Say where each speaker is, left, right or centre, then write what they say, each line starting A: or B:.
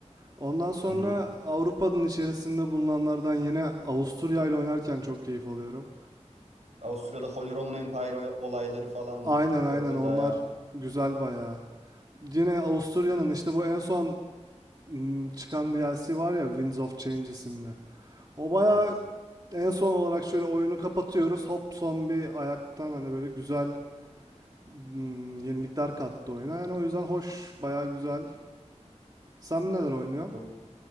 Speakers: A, on the right; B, on the right.
A: Ondan sonra
B: Hı hı.
A: Avrupa'nın içerisinde bulunanlardan yine Avusturya ile oynarken çok keyif alıyorum.
B: O sırada Holy Roman Empire oy- olayları falan
A: Aynen
B: var tabii
A: aynen
B: orada
A: onlar
B: daha
A: güzel bayağı. Yine Avusturya'nın işte bu en son m, çıkan DLC var ya Winds of Change isimli. O bayağı
B: evet
A: en son olarak şöyle oyunu kapatıyoruz. Hop son bir ayaktan hani böyle güzel m, yenilikler kattı oyuna. Yani o yüzden hoş, bayağı güzel. Sen neler oynuyorsun?
B: çok